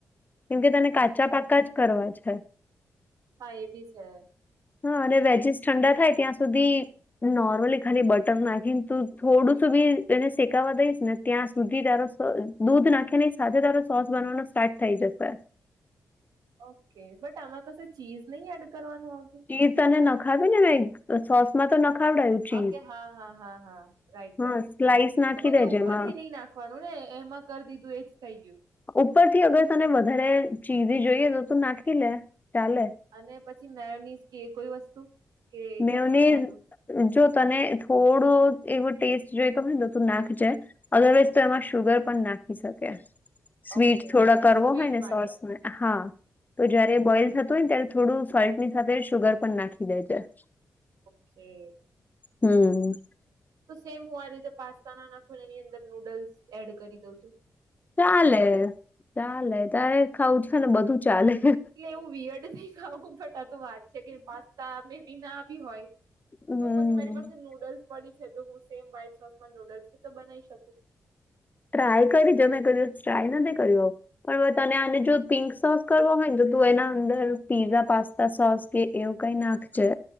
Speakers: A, on the left (about 30°); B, on the right (about 80°).
A: કેમકે તને કાચા
B: ઓકે
A: પાક્કા જ કરવા છે.
B: હા એ બી છે.
A: હા અને વેજીસ ઠંડા થાય ત્યાં સુધી... નોર્મલી ખાલી બટર નાખી તું થોડું સું બી... એને શેકાવા દઈશ ને ત્યાં સુધી તારો દૂધ નાખી ને સાથે તારો સોસ બનવાનો સ્ટાર્ટ થઈ જશે.
B: ઓકે. બટ આમાં કસે ચીઝ નહી એડ કરવાનું આવતું?
A: ચીઝ તને નખાવી ને સોસ માં તો નખાવડાયું. ચીઝ
B: ઓકે હા હા હા હા રાઈટ
A: હા
B: રાઈટ
A: સ્લાઈસ નાખી
B: તો પછી
A: દેજે
B: ઉપરથી
A: એમાં
B: નહી નાખ... નાખવાનું ને એમાં કરી દીધું એજ થઈ ગયું.
A: ઉપરથી અગર તને વધારે ચીઝી જોઈએ તો તું નાખી લે ચાલે.
B: અને પછી મેંયોનિશ કે કોઈ વસ્તુ... કે એ
A: મેઓનીઝ....
B: કશું નહી આવતું
A: જો તને થોડો એવો ટેસ્ટ જોઈતો હોય ને તો તું નાખજે... અધરવાઈઝ તું એમાં શુગર પણ નાખી શકે. સ્વીટ
B: ઓકે
A: થોડા કરવો
B: સ્વીટ
A: હોય ને
B: માટે
A: સોસ હા તો
B: ઓકે
A: જયારે બોઈલ થતો હોયને ત્યારે... થોડું સોલ્ટ ની સાથે શુગર પણ નાખી દે જે.
B: કે...
A: હમ.
B: તો સેમ હું આ રીતે પાસ્તા ના નાખોની અંદર નૂડલ્સ એડ કરી દઉં તો?
A: ચાલે ચાલે તારે ખાવું છે ને બધું ચાલે.
B: એટલે એવું વિયડ ન ખાવું બટા તો વાત છે કે પાસ્તા મે બી ના બી હોય...
A: ટ્રાય
B: તો પછી મારી પાસે નૂડલ્સ પડી છે તો હું સેમ વ્હાઈટ સોસમાં નૂડલ્સ બી તો બનાવી શકું.
A: ટ્રાય કરી જો મેં કોઈ દિવસ ટ્રાય નથી કર્યું આવું પણ તને આને જો પિંક સોસ કરવો હોય તો તું એના અંદર પીઝા પાસ્તા સોસ કે એવું કઈ નાખજે